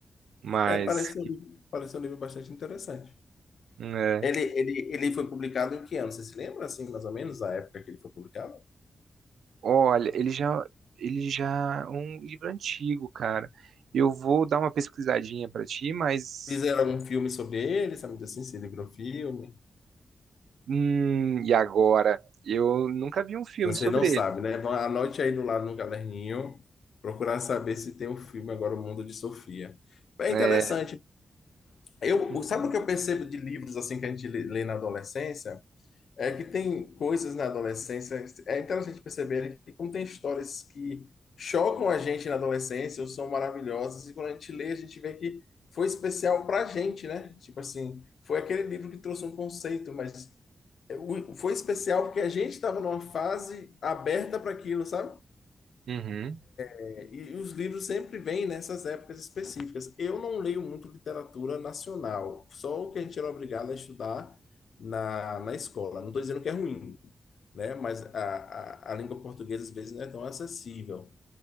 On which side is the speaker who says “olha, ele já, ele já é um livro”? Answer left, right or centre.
Right